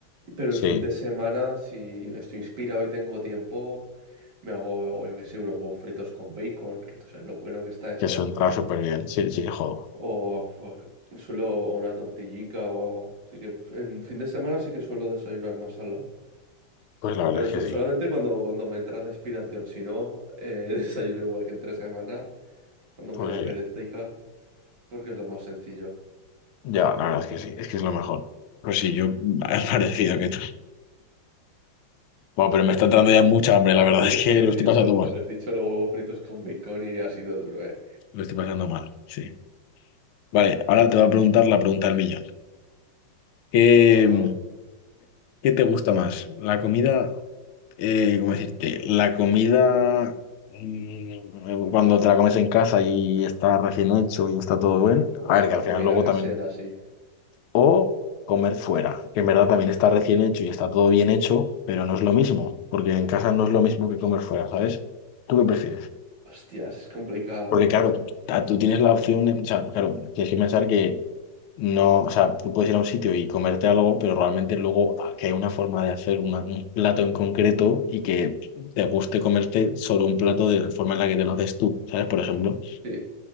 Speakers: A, on the right; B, on the left.
A: Pero el fin
B: Sí,
A: de semana, si estoy inspirado y tengo tiempo, me hago, yo qué sé, unos huevos fritos con bacon, que tú sabes lo bueno que está eso.
B: que eso entra súper bien. Sí, sí, jodo.
A: O fuck, suelo o una tortillica o algo. Así que en fin de semana sí que suelo desayunar más salado.
B: Pues la verdad
A: Pero
B: es
A: so-
B: que sí,
A: solamente cuando, cuando me entra la inspiración. Si no, eh, <laughs> desayuno igual que entre semana, cuando
B: pues
A: me da
B: sí.
A: perecica, porque es lo más sencillo.
B: Ya, la verdad es que sí, es que es lo mejor. Pues sí, yo <laughs> es parecido que tú. Bueno, pero me está entrando ya mucha hambre,
A: A
B: la
A: ver,
B: verdad <laughs> es
A: es
B: que
A: que
B: lo
A: he dicho,
B: estoy pasando mal.
A: <laughs> he dicho los huevos fritos con bacon y ha sido duro, ¿eh?
B: Lo estoy pasando mal, sí. Vale, ahora te voy a preguntar la pregunta del millón. ¿Qué,
A: Ajá.
B: qué te gusta más? ¿La comida eh, ¿cómo decirte? La comida, mm, cuando te la comes en casa y está recién hecho y está todo bien,
A: O
B: a
A: la,
B: ver, que
A: la
B: al final
A: comida
B: luego también,
A: casera, sí.
B: o comer fuera, que en verdad también está recién hecho y está todo bien hecho, pero no es lo mismo, porque en casa no
A: Mm.
B: es lo mismo que comer fuera, ¿sabes? ¿Tú qué prefieres?
A: Hostias, es complicado,
B: Porque
A: ¿eh?
B: claro, ta- tú tienes la opción de, o sea, claro, tienes que pensar que no, o sea, tú puedes ir a un sitio y comerte algo, pero realmente luego ah, que hay una forma de hacer una- un plato en concreto y que te guste comerte solo un plato de la forma en la que te lo haces tú, ¿sabes? Por ejemplo,
A: Sí.